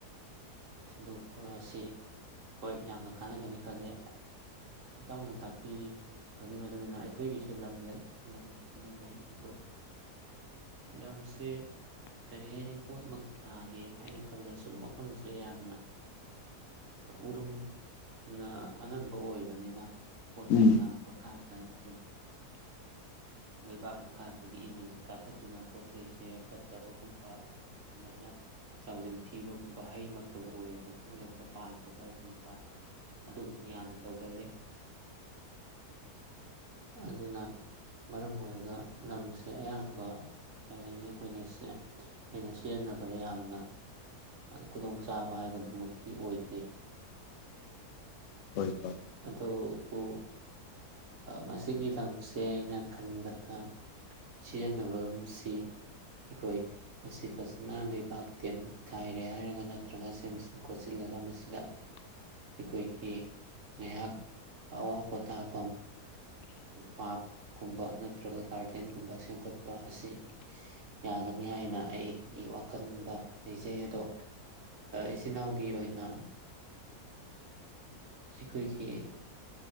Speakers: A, on the right (about 55°); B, on the left (about 65°).
A: ꯁꯤꯟꯗꯣꯛꯄ ꯑꯁꯤ ꯍꯣꯏ ꯌꯥꯝꯅ ꯀꯥꯟꯅꯒꯅꯤ ꯈꯜꯂꯦ ꯏꯇꯥꯎꯅ ꯇꯥꯛꯄꯤꯕꯒꯤ ꯏ ꯃꯇꯨꯡꯏꯟꯅ ꯑꯩꯈꯣꯏꯒꯤ ꯁꯨ ꯂꯝ ꯂꯩ ꯂꯝ ꯂꯩ ꯑꯗꯣ ꯂꯝꯁꯦ ꯀꯔꯤ ꯍꯥꯏꯅꯤ ꯄꯣꯠꯃꯛꯇ ꯊꯥꯒꯦ ꯍꯥꯏꯅ ꯈꯜꯂꯁꯨ ꯃꯐꯝꯁꯦ ꯌꯥꯝꯅ ꯎꯔꯨꯝꯅ ꯑꯅꯝꯕ ꯑꯣꯏꯕꯅꯤꯅ ꯄꯣ
B: ꯎꯝ
A: ꯆꯩꯩ ꯊ ꯃꯀꯥꯟꯗ ꯎꯝ ꯂꯩꯕꯥꯛ ꯃꯈꯥꯗꯒꯤ ꯏꯅꯤꯟ ꯀꯥꯈꯠꯇꯨꯅ ꯄꯣꯠꯁꯦ ꯐꯠꯇꯕꯒꯨꯝꯕ ꯑꯗꯨꯃꯥꯏꯅ ꯆꯥꯎꯖꯟ ꯊꯤꯕꯒꯨꯝꯕ ꯍꯩꯃꯛꯇꯕꯨ ꯑꯣꯏꯔꯕꯁꯨ ꯍꯦꯛꯇ ꯄꯥꯟꯗꯕꯒꯨꯝꯕ ꯑꯗꯨꯒꯨꯝꯕ ꯌꯥꯝꯅ ꯇꯧꯒꯜꯂꯤ ꯑꯗꯨꯅ ꯃꯔꯝ ꯑꯣꯏꯔꯒ ꯂꯝꯁꯦ ꯑꯌꯥꯝꯕ ꯀꯔꯤ ꯍꯥꯏꯅꯤ ꯑꯩꯈꯣꯏꯅꯦ ꯑꯩꯅ ꯁꯤꯖꯤꯟꯅꯕꯗ ꯌꯥꯝꯅ ꯈꯨꯗꯣꯡꯆꯥꯥꯕ ꯍꯥꯏꯕꯗꯨꯃꯛꯇꯤ ꯑꯣꯏꯗꯦ
B: ꯍꯣꯏ ꯐꯣꯏ
A: ꯑꯗꯨꯕꯨ ꯃꯁꯤꯒꯤ ꯂꯝꯁꯦ ꯑꯩꯅ ꯈꯟꯕꯗ ꯁꯤꯖꯤꯟꯅꯕꯁꯤ ꯑꯩꯈꯣꯏ ꯃꯁꯤ ꯐꯖꯅ ꯂꯩꯕꯥꯛ ꯇꯦꯝ ꯀꯥꯏꯔꯦ ꯍꯥꯏꯔꯒ ꯅꯠꯇ꯭ꯔꯒ ꯁꯦꯝꯖꯤꯟ ꯈꯣꯠꯆꯤꯜꯂꯒ ꯃꯁꯤꯗ ꯑꯩꯈꯣꯏꯒꯤ ꯉꯍꯥꯛ ꯑꯋꯥ ꯄꯣꯊꯥꯐꯝ ꯄꯥꯔꯛꯀꯨꯝꯕ ꯅꯠꯇ꯭ꯔꯒ ꯒꯥꯔꯗꯦꯟꯒꯨꯝꯕ ꯁꯦꯝꯒꯠꯄ ꯑꯁꯤ ꯌꯥꯒꯅꯤ ꯍꯥꯏꯅ ꯑꯩꯒꯤ ꯋꯥꯈꯜꯗ ꯂꯩꯖꯩ ꯑꯗꯣ ꯏꯆꯤꯟꯜ ꯏꯅꯥꯎꯒꯤ ꯑꯣꯏꯅ ꯑꯩꯈꯣꯏꯒꯤ